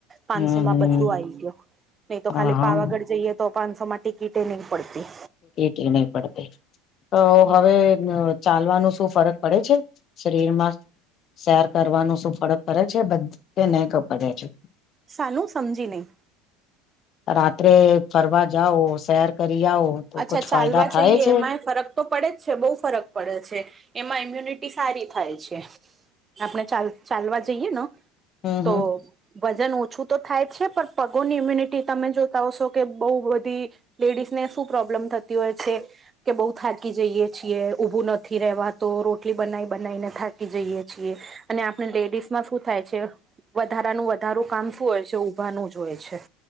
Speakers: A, on the right (about 30°); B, on the left (about 45°).
A: પાંચસો
B: હમ
A: માં
B: હમ
A: બધું આવી ગયું નહી તો
B: હા
A: ખાલી
B: હા
A: પાવાગઢ જઈએ તો પાંચસો માં ટિકિટ નહી પડતી.
B: કે નહી પડતે તો હવે ચાલવાનું શું ફરક પડે છે શરીરમાં? શેર કરવાનું શું ફરક પડે છે બધ નહી પડે છે.
A: સાનું સમજી નહી.
B: રાત્રે ફરવા જાઓ શેર કરી આવો. તો
A: અચ્છા
B: કુછ
A: ચાલવા
B: ફાયદા થાય
A: જઈએ
B: છે
A: એમાંય ફરક તો પડે જ છે બહુ ફરક પડે છે એમાં ઈમ્યુનિટી સારી થાય છે. આપણે ચાલ ચાલવા જઈએ ને
B: હમ હમ
A: તો વજન ઓછું તો થાય છે પણ પગોની ઇમ્યુનિટી તમે જોતા હોશો કે બહુ બધી લેડીઝને શું પ્રોબ્લેમ થતી હોય છે. કે બઉુ થાકી જઈએ છીએ ઊભું નથી રહેવા તો રોટલી બનાવી બનાવીને થાકી જઈએ છીએ. અને આપણે લેડીઝમાં શું થાય છે. વધારાનું વધારું કામ શું હોય છે ઊભાનું જ હોય છે.